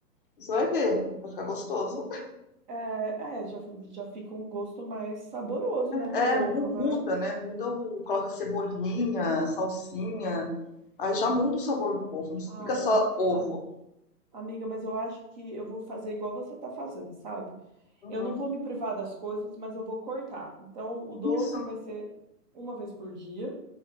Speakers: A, on the left; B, on the right.
A: Você vai ver, vai ficar gostoso.
B: é, é, já, já fica um gosto mais saboroso, né, no
A: É,
B: ovo,
A: mu-
B: né?
A: muda, né? Muda o. Coloca cebolinha, salsinha. Aí já muda o sabor do ovo. Não
B: Ai,
A: fica só
B: am-
A: ovo.
B: a- amiga, mas eu acho que eu vou fazer igual você tá fazendo, sabe?
A: Uhum.
B: Eu não vou me privar das coisas, mas eu vou cortar. Então, o doce
A: Isso.
B: vai ser uma vez por dia,